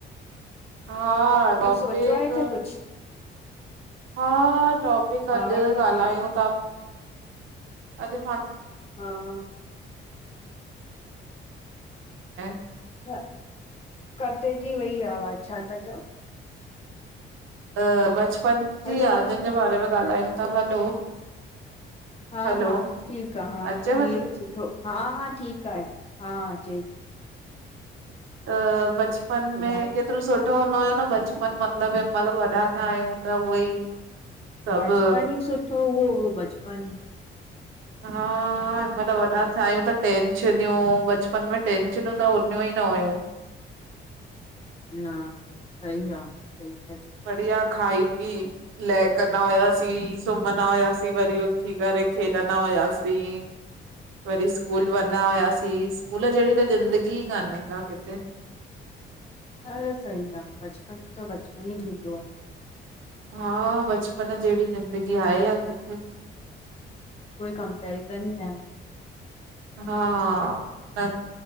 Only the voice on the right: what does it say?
हा टॉपिक
हा टॉपिक अॼु
ॻाल्हायूं
था, अॼु पाण
<unintelligible>
त बचपन जी
यादुनि जे बारे में ॻाल्हायूं था हलो
हलो
अचेव
थी
त बचपन
में क केतिरो सुठो हूंदो हुयो न बचपन मतलबु हिमहिल वॾा थिया आहियूं त उहोई सभु
हा हिन महिल वॾा थियायूं त टैंशनियूं, बचपन में टैंशनियूं त हुनियूं ई न हुइयूं।
बढ़िया खाई पी लय कंदा हुआसीं सुम्हंदा हुआसीं वरी उथी करे खेॾंदा हुआसीं वरी सकूल वञा हुयासी, स्कूल जहिड़ी त ज़िंदगी ई कानेका किथे।
हा, बचपन जहिड़ी ज़िंदगी आहे या किथे?
हा, न